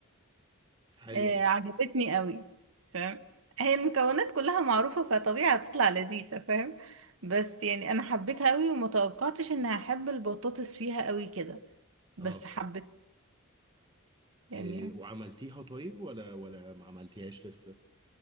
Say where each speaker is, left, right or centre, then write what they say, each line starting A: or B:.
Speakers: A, on the right (about 20°); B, on the right (about 70°).
A: حلوة
B: آه
A: قوي
B: عجبتني قوي فاهم هي المكونات كلها معروفة فطبيعي هتطلع لذيذة فاهم بس يعني انا حبيتها قوي وما توقعتش اني هحب البطاطس فيها قوي كده بس
A: اه
B: حبيت يعني
A: إيه وعملتيها طيب ولا ولا ما عملتيهاش لسه